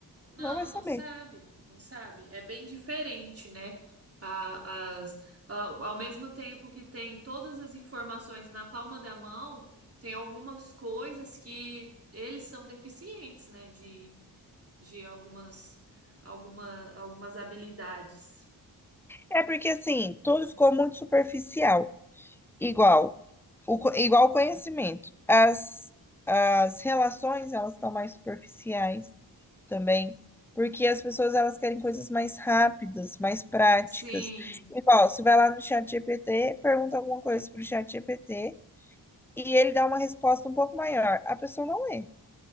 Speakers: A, on the right; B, in the centre.
A: Não,
B: não vai saber.
A: não sabe, não sabe. É bem diferente, né? A- As, ao ao mesmo tempo que tem todas as informações na palma da mão, tem algumas coisas que eles são deficientes, né? De, de algumas, alguma, algumas habilidades.
B: É porque assim, tudo ficou muito superficial, igual o, co- igual o conhecimento. As, as relações, elas estão mais superficiais também, porque as pessoas elas querem coisas mais rápidas, mais práticas.
A: Sim,
B: Igual, você vai lá no chat GPT, pergunta alguma coisa pro chat G P T e ele dá uma resposta um pouco maior. A pessoa não lê.